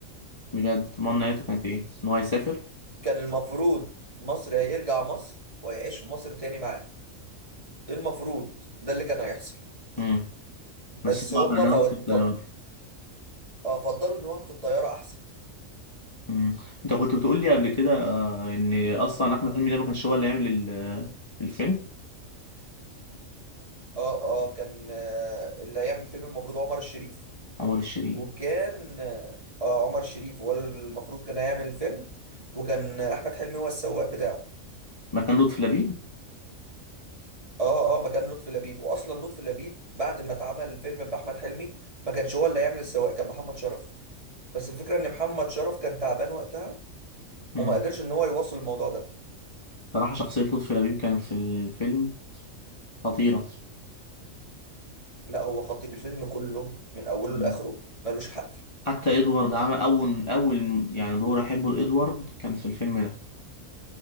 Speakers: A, on the left; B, on the right.
A: بجد امال نهايته كانت ايه ان هو يسافر
B: كان المفروض مصر هيرجع مصر وهيعيش في مصر تاني معاه إيه المفروض ده اللي كان هيحصل
A: امم بس
B: بس
A: هو
B: هما
A: انا
B: فض...
A: في الطياره
B: فض... اه فضلوا ان هو في الطياره احسن
A: امم انت كنت بتقول لي قبل كده آه، ان اصلا احمد حلمي ده ما كانش هو اللي يعمل الفيلم
B: اه اه كان آه، اللي هيعمل الفيلم المفروض عمر الشريف
A: عمر الشريف
B: وكان اه آه، عمر الشريف هو المفروض كان هيعمل الفيلم وكان احمد حلمي هو السواق بتاعه
A: مكان لطفي لبيب
B: اه اه مكان لطفي لبيب واصلا لطفي لبيب بعد ما اتعمل الفيلم باحمد حلمي ما كانش هو اللي هيعمل السواق كان محمد شرف بس الفكره ان محمد شرف كان تعبان وقتها
A: مم.
B: وما قدرش ان هو يواصل الموضوع ده
A: صراحة شخصية لطفي لبيب كان في الفيلم خطيرة
B: لا هو خطير الفيلم كله من اوله
A: مم.
B: لاخره ملوش حل
A: حتى إدوارد عمل أول أول يعني دور أحبه لإدوارد كان في الفيلم ده